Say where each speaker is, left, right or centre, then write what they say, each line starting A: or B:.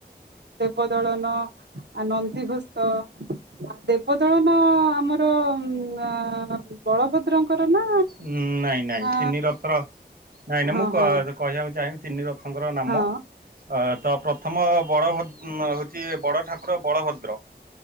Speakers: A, on the right; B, on the right.
A: ଦେବ ଦଳନ ଆ ନନ୍ଦୀଘୋସ୍ତ। ଆ ଦେବଦଳନ ଆମର ଆଁ ବଳଭ ଦ୍ରଙ୍କର ନା
B: ଉଁ ନାଇଁ ନାଇଁ
A: ଆ
B: ତିନି ରଥର ନାଇଁ ନାଇଁ
A: ହଁ
B: ମୁଁ କ
A: ହଁ
B: କହିବାକୁ ଚାହିଁବି ତିନି ରଥଙ୍କର ନାମ?
A: ହଁ
B: ଅ ତ ପ୍ରଥମ ବଳଭଦ୍ ହଉଚି ବଡ଼ ଠାକୁର ବଳଭଦ୍ର।